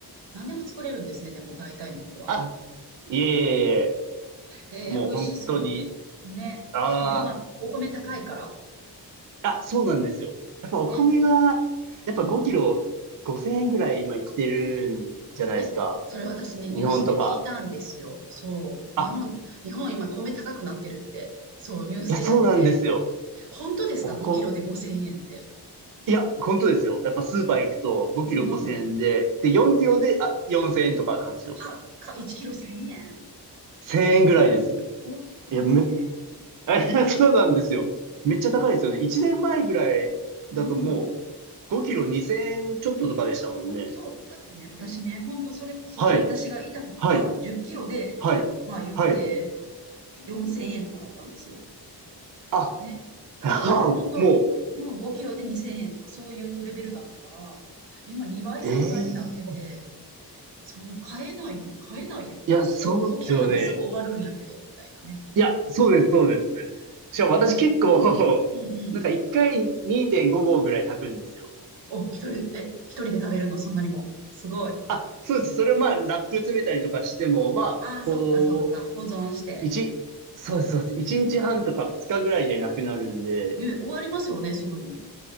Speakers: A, on the right; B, on the right.
A: 何でも作れるんですね、でも大体のことは。
B: あ、いえいえいえ、
A: ええ、
B: もう本当に、
A: 美味しそう。ね。
B: あ
A: しかも今、お米高いから。
B: あ、あ、そうなんですよ。やっぱお米が、
A: ね。
B: やっぱ5キロ5000円ぐらい今いってるんじゃないですか。
A: うん。ね。それ私ね、
B: 日本とか。
A: ニュースで聞いたんですよ。そう。
B: あ、
A: 日本、日本今米高くなってるって。そう、ニュースでやってて。
B: いや、そうなんですよ。
A: 本当ですか
B: おこ、
A: ?5 キロで5000円って。
B: いや、本当ですよ。やっぱスーパー行くと5キロ5000円で、
A: うん。
B: で、4キロで、あ、4000円とかなんですよ。
A: たか、1キロ1000円。
B: 1000円ぐらいです。
A: すごいですね。高級米ですね。
B: いや、め、<laughs> あいやそうなんですよ。めっちゃ高いですよね。1年前ぐらいだともう
A: うん。
B: 5キロ2000円ちょっととかでしたもんね。
A: そう。だってね、私ね、本当それこそ、
B: はい、
A: 私がいた時は10キロで、
B: はい、はい、
A: まあ言って
B: はい。
A: 4000円とかだったんですよ。
B: あ、
A: ね。
B: あもう、
A: だから本当、うん、5キロで2000円とかそういうレベルだったから、今2倍、
B: ええ
A: 3倍になってて、そう、買えない、買えないやんって、
B: いや、
A: すぐ5キロなんかすぐ終わるんやけど、
B: そうですよね。
A: みたいなね。
B: いや、そうです、そうです。しかも私結構、
A: ねえ。うんうん。
B: なんか1回2.5合ぐらい炊くんですよ。
A: お、一人、え、一人で食べるの、そんなにも。すごい。
B: あ、そうです。それをまあ、ラップ詰めたりとかしても、まあ、
A: ああ、そっかそっか。
B: こう、
A: 保存して。
B: 一、そうです、そうです。一日半とか二日ぐらいでなくなるんで、
A: ね、終わりますよね、すぐに。